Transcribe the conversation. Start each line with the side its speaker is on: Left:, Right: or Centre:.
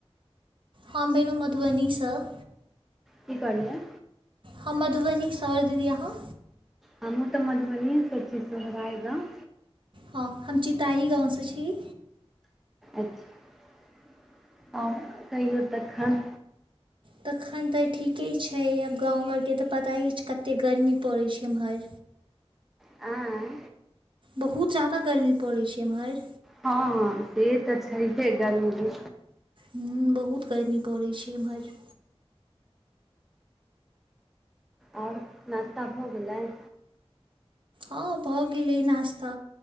Right: हम भेलौं मधुबनी सऽ-
Centre: की कहलियै?
Right: हम मधुबनी स और दीदी अहाँ?
Centre: हमहूँ तऽ मधुबनीये सँ छी सोहराय गाँव
Right: हँ हम चितही गाँव सँ छी।
Centre: अच्छा <unintelligible> आर कहियो तखन?
Right: तखन तऽ ठीके छैय अब गाँव घरके तऽ पताये अइछ कत्ते गर्मी पड़ैइ छैय इम्हर।
Centre: आँय
Right: बहुत जादा गर्मी पड़ै छैय एम्हर।
Centre: हँ से तऽ छैहे गरमी
Right: हूँ बहुत गर्मी पड़ै छैय एम्हर।
Centre: आओर नाश्ता भ गेलैय?
Right: हँ भऽ गेलै नास्ता